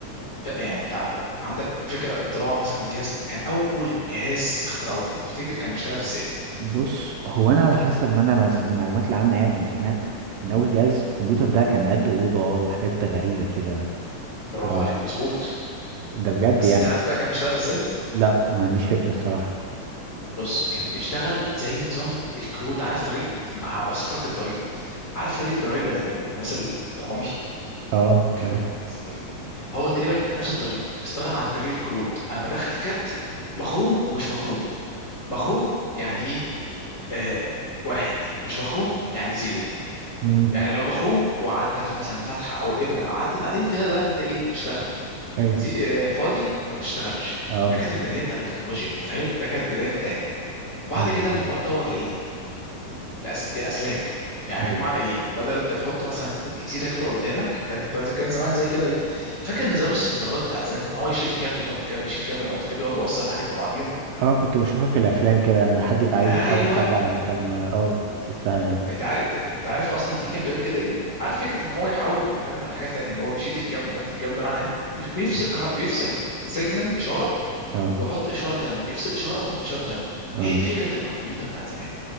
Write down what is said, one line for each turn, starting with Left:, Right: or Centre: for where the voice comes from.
Left: ف- يعني انت ع- عندك فكره اطلاع مثلا الجهاز ده كان اول جهاز اخترعوه تفتكر كان بيشتغل ازاي
Right: بص هو انا على حسب ما انا مس- المعلومات العامه يعني وسمعت ان اول جهاز كمبيوتر ده كان قد اوضه وحاجات غريبه كده
Left: برافو
Right: ف
Left: عليك مظبوط
Right: ده بجد
Left: بس
Right: يعني
Left: انت عارف بقى كان بيشتغل ازاي
Right: لا ما عنديش فكره الصراحه
Left: بص كان بيشتغل زي نظام الكروت عارف طريقه ما هبسط لك الطريقه عارف طريقه برايل بتاعت الناس العمي
Right: اه
Left: كف...
Right: عارف
Left: كف- هو تقريبا كانت نفس الطريقه بيستغير عن طريق الكروت انا بدخل كارت مخروم ومش مخروم مخروم يعني ايه آه واحد مش مخروم يعني زيرو
Right: امم
Left: يعني لو مخروم وعدى في مثلا الفتحه او الابره عدت عليه كده ده انت ايه اشتغل
Right: ايوه
Left: زي آه فاضي يبقى ما تشتغلش
Right: اه
Left: ده كانت البدايه بتاعت التكنولوجيا تخيل ده كانت البدايه بتاعتنا وبعد
Right: يا نهار
Left: كده الموضوع
Right: أبيض.
Left: اتطور لايه لأس... لاسلاك يعني
Right: ايوه
Left: بمعنى ايه بدل بتحط مثلا كروت كتيره كده قدامك ده كانت- كان زمان زي كده ايه فاكر نظام السنترات بتاع زمان ان هو يشيل كابل يحط كابل يشيل كابل يحط كابل يقعد يوصل الحاجات ببعضيها
Right: اه كنت بشوفها في الافلام كده لما حد يبقى عايز
Left: ايوه
Right: يحاول حد على مكالمه اه شفتها يعني
Left: انت عارف انت عارف اصلا ليه كان بيعمل كده ايه عارف فكره ان هو يحول من مكالمه لحاجه تانيه اللي هو بيشيل الكابل يحط الكابل ده معناه ايه بي- بيفصل كه... بيفصل سيجنال اشاره
Right: اه
Left: ويحط اشاره تانيه يفصل اشاره ويحط اشاره تانيه
Right: اه
Left: هي دي فكره الكمبيوتر بتاع زمان